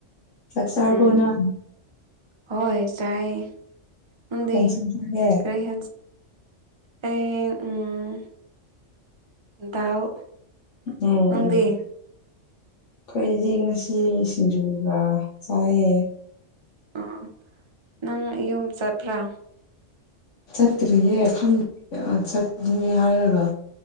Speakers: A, on the left; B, on the right.
A: ꯆꯥꯛ ꯆꯥꯔꯕꯣ
B: ꯎꯝ
A: ꯅꯪ
B: ꯍꯣꯏ ꯆꯥꯏ ꯅꯪꯗꯤ
A: ꯀꯩ ꯏꯟꯁꯥꯡ ꯆꯥꯒꯦ
B: ꯀꯔꯤ ꯍꯦꯟ ꯑꯩ ꯎꯝ ꯗꯥꯜ
A: ꯎꯝ ꯎꯝ
B: ꯅꯪꯗꯤ
A: ꯑꯩꯈꯣꯏꯗꯤ ꯉꯁꯤ ꯁꯤꯡꯖꯨꯒ ꯆꯥꯏꯌꯦ
B: ꯎꯝ ꯅꯪ ꯌꯨꯝ ꯆꯠꯄ꯭ꯔꯥ
A: ꯆꯠꯇ꯭ꯔꯤꯌꯦ ꯈꯪꯗꯦ ꯆꯠꯅꯤ ꯍꯥꯏꯔꯒ